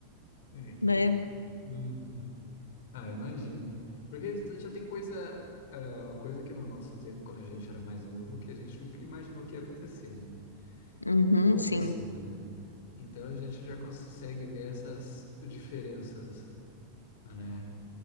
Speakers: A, on the left; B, on the left.
A: É, que
B: né?
A: legal. Uhum. Ah, imagino. Porque isso já tem coisa, ah, coisa que no nosso tempo, quando a gente era mais novo, que a gente nunca imaginou que ia acontecer, né?
B: Uhum,
A: Que acontecendo,
B: sim.
A: né? Então a gente já consegue ver essas diferenças, né?